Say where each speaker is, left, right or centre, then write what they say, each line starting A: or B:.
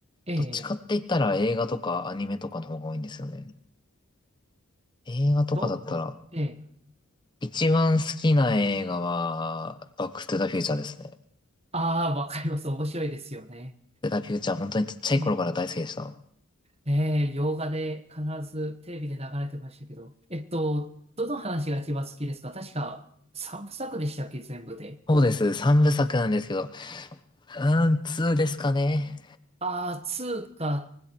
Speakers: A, on the right; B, on the left.
A: ええ、
B: どっちかって言ったら映画とかアニメとかの方が多いんですよね。映画とかだったら、
A: どんな、ええ、
B: 一番好きな映画は、バックトゥザフューチャーですね。
A: ああ、わかります。面白いですよね。
B: セガフューチャー、本当にちっちゃい頃から大好きでした。
A: うん。ええ、洋画で必ずテレビで流れてましたけど、えっと、どの話が一番好きですか確か三部作でしたっけ全部で。
B: そうです。3部作なんですけど、うーん、2ですかね。
A: ああ、ツーか、